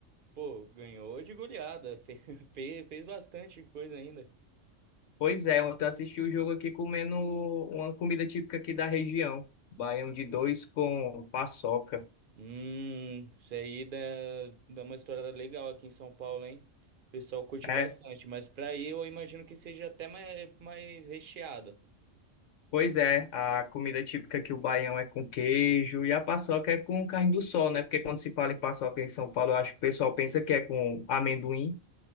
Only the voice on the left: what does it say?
Pois é, ontem eu assisti o jogo aqui comendo uma comida típica aqui da região, baião de dois com paçoca.
É,
Pois é, a comida típica aqui, o baião é com queijo e a paçoca é com carne do sol, né? Porque quando se fala em paçoca em São Paulo, eu acho que o pessoal pensa que é com amendoim.